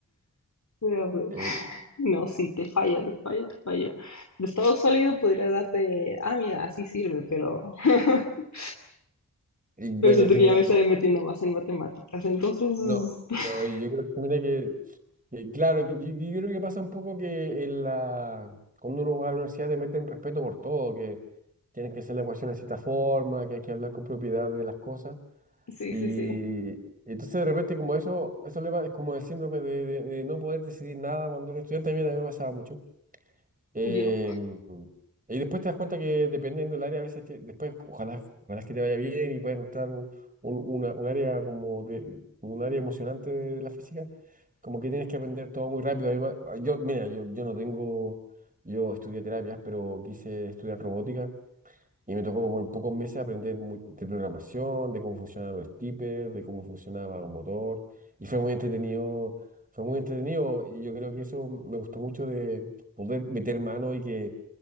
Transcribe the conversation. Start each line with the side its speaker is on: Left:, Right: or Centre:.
Left: Pero a ver.
Right: Eh,
Left: No, sí, te fallo, te fallo, te fallo. De estado sólido podría darte, ah, mira, así sirve, pero, <laughs>
Right: y bueno,
Left: pero siento
Right: Jimena,
Left: que ya me estaré
Right: pues,
Left: metiendo más en matemáticas. Entonces,
Right: No,
Left: <laughs>
Right: lo- yo creo que mira que, que claro, que yo, yo creo que pasa un poco que en la, cuando uno va a la universidad te meten respeto por todo, que tienen que hacer la ecuación de cierta forma, que hay que hablar con propiedad de las cosas.
Left: sí,
Right: Y
Left: sí, sí,
Right: entonces de repente como eso, eso le va, es como el síndrome de, de- de no poder decidir nada cuando eres estudiante, a mí también me pasaba mucho. Eh,
Left: yo.
Right: y después te das cuenta que dependiendo del área, a veces te- después, ojalá, ojalá que te vaya bien y puedas encontrar un, un- una- un área como de, un área emocionante de la física, como que tienes que aprender todo muy rápido. A mí me- Yo, mira, yo, yo no tengo, yo estudié terapias, pero quise estudiar robótica y me tocó como en pocos meses aprender mu- de programación, de cómo funcionaban los steppers, de cómo funcionaba un motor. Y fue muy entretenido, fue muy entretenido. Y yo creo que eso me gustó mucho de poder meter mano y que